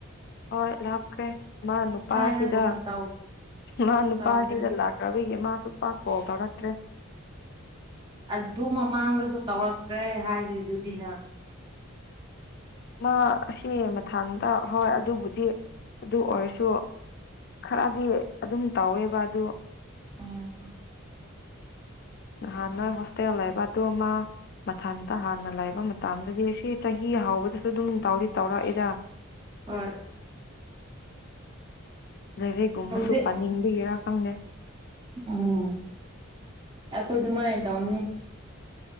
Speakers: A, on the left; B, on the right.
A: ꯍꯣꯏ ꯂꯥꯞꯈ꯭ꯔꯦ ꯃꯥ ꯅꯨꯄꯥꯁꯤꯗ
B: ꯊꯥꯏꯅꯒꯨꯝꯅ ꯇꯧ
A: ꯃꯥ ꯅꯨꯄꯥꯁꯤꯗ
B: ꯇꯧꯗ꯭ꯔꯦ
A: ꯂꯥꯛꯈ꯭ꯔꯕꯒꯤ ꯃꯥꯁꯨꯄꯥ ꯀꯣ ꯐꯔꯛꯇ꯭ꯔꯦ
B: ꯑꯗꯨ ꯃꯃꯥꯡꯗꯁꯨ ꯇꯧꯔꯛꯈ꯭ꯔꯦ ꯍꯥꯏꯗꯣꯏꯗꯨꯗꯤꯅ
A: ꯃꯥ ꯁꯤ ꯃꯊꯥꯡꯇ ꯍꯣꯏ ꯑꯗꯨꯕꯨꯗꯤ ꯑꯗꯨ ꯑꯣꯏꯔꯁꯨ ꯈꯔꯗꯤ ꯑꯗꯨꯝ ꯇꯧꯋꯦꯕ ꯑꯗꯨ
B: ꯑꯥ
A: ꯅꯍꯥꯟ ꯅꯣꯏ ꯍꯁꯦ ꯍꯂ ꯏꯕꯥꯣ ꯑꯃꯥ ꯃꯊꯟꯇ ꯍꯥꯟꯅ ꯂꯥꯏꯕ ꯃꯇꯝꯗꯗꯤ ꯁꯤ ꯆꯍꯤ ꯍꯥꯎꯕꯗꯁꯨ ꯑꯗꯨꯝ ꯇꯧꯔꯤ ꯇꯧꯔꯛꯑꯦꯗ
B: ꯍꯣꯏ
A: ꯂꯩꯥꯏꯔꯦꯛꯒꯨꯝꯕꯁꯨ
B: ꯍꯧꯖꯤꯛ
A: ꯄꯥꯅꯤꯡꯗꯒꯔꯥ ꯈꯪꯗꯦ
B: ꯎꯝ ꯑꯩꯈꯣꯏ ꯑꯗꯨꯃꯥꯏꯅ ꯇꯧꯅꯤ